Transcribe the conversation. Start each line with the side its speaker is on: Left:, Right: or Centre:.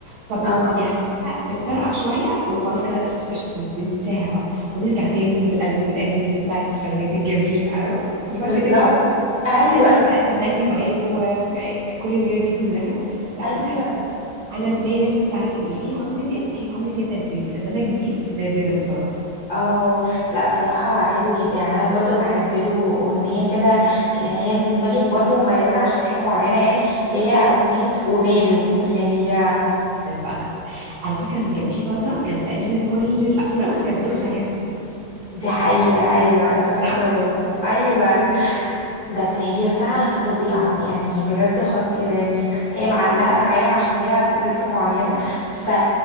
Right: فبت
Left: اه
Right: يعني عارفة بتطرقع شوية وخلاص كده قشطة قشطة ننس- ننساها بقى ونرجع تاني للألبوم القديم بتاع التسعينات الجميل عارفة اللي هو
Left: بالظبط
Right: كده كده
Left: ايوه
Right: بتاع جو بقى تملي معاك وكل الليلة دي كلها لا
Left: <laughs> ايوه
Right: بتحس أنا البلاي ليست بتاعتي اللي فيها عمرو دياب هي عمرو دياب قديم إنما جديد نادرا بصراحة
Left: اه لا بصراحه حلو جدا يعني انا برضو بحب له اغنيه كده يعني هي بالنسبه لي برضو مميزه عشان حاجه معينه يعني اللي هي اغنيه وماله اللي هي
Right: بقى انا فاكره ان كان في فتره كانت تقريبا كل الافراح كانت بترقص عليها سلو
Left: دي حقيقه ايوه انا فاكره
Right: صح
Left: كده برضو ايوه
Right: أيوة.
Left: بس هي فعلا فظيعة يعني بجد خطيرة يعني هي معلقة معايا عشان ليها ذكرى معينة ف